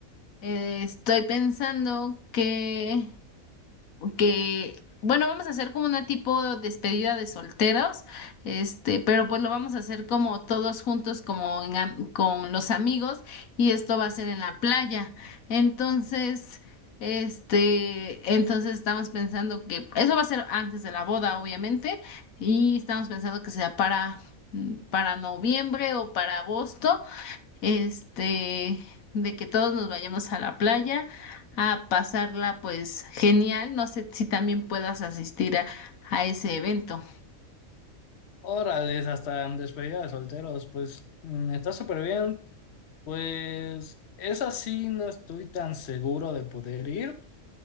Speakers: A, on the left; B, on the left.
A: Eh, estoy pensando que, que, bueno, vamos a hacer como una tipo despedida de solteros, este, pero pues lo vamos a hacer como todos juntos, como en am- con los amigos, y esto va a ser en la playa. Entonces, este, entonces estamos pensando que eso va a ser antes de la boda, obviamente, y estamos pensando que sea para, mm, para noviembre o para agosto este, de que todos nos vayamos a la playa a pasarla pues genial. No sé si también puedas asistir a, a ese evento.
B: Órales, hasta despedida de solteros, pues mm, está súper bien. Pues esa sí no estoy tan seguro de poder ir.